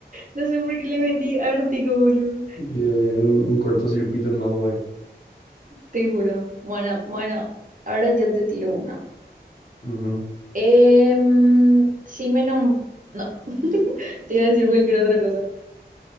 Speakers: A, on the right; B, on the left.
A: No sé por qué le metí Ártico, boludo.
B: Eh, un, un cortocircuito nomás, güey.
A: Te juro. Bueno, bueno, ahora yo te tiro una.
B: Ujú.
A: Em, si me nom- No, <laughs> te iba a decir cualquier otra cosa.